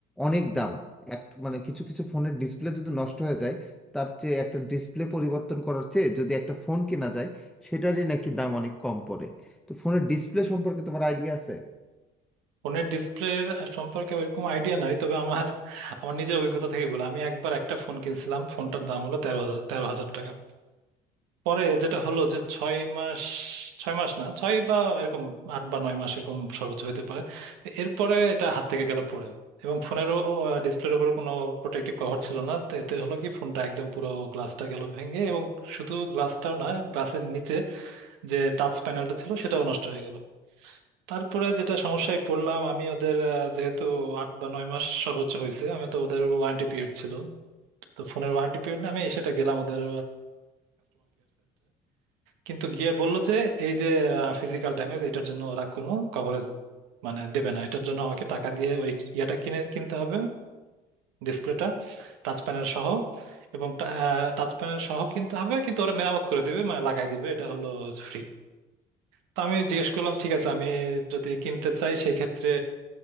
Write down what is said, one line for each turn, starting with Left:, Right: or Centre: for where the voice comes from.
Centre: অনেক দাম এক মানে কিছু কিছু ফোনের ডিসপ্লে যদি নষ্ট হয়ে যায় তার চেয়ে একটা ডিসপ্লে পরিবর্তন করার চেয়ে যদি একটা ফোন কেনা যায় সেটারই নাকি দাম অনেক কম পড়ে তো ফোনের ডিসপ্লে সম্পর্কে তোমার আইডিয়া আছে
Right: ফোনের ডিসপ্লে সম্পর্কে ওইরকম আইডিয়া নাই তবে আমার আমার নিজের অভিজ্ঞতা থেকে বলে আমি একবার একটা ফোন কিনছিলাম ফোনটার দাম হলো তেরো হাজার তেরো হাজার টাকা পরে যেটা হলো যে ছয় মাস ছয় মাস না ছয় বা এরকম আট বা নয় মাস এরকম সর্বোচ্চ হতে পারে এরপরে এটা হাত থেকে গেল পড়ে এবং ফোনের ডিসপ্লের উপর কোনো প্রোটেক্টিভ কভার ছিল না তো এতে হলো কি ফোনটা একদম পুরো গ্লাসটা গেল ভেঙে এবং শুধু গ্লাসটাও না গ্লাসের নিচে যে টাচ প্যানেলটা ছিল সেটাও নষ্ট হয়ে গেল তারপরে যেটা সমস্যায় পড়লাম আমি ওদের আহ, যেহেতু আট বা নয় মাস সর্বোচ্চ হয়েছে আমি তো ওদের ওয়ারেন্টি পিরিয়ড ছিল তো ফোনের ওয়ারেন্টি পিরিয়ড না আমি সেটা গেলাম ওদের কিন্তু গিয়ে বলল যে এই যে ফিজিক্যাল ড্যামেজ এটার জন্য ওরা কোনো কভারেজ মানে দেবে না এটার জন্য আমাকে টাকা দিয়ে ওই ইয়াটা কিনে কিনতে হবে ডিসপ্লেটা টাচ প্যানেল সহ এবং টাচ প্যানেল সহ কিনতে হবে কিন্তু ওরা মেরামত করে দেবে মানে লাগাই দিবে এটা হলো ফ্রি তো আমি জিজ্ঞেস করলাম ঠিক আছে আমি যদি কিনতে চাই সেই ক্ষেত্রে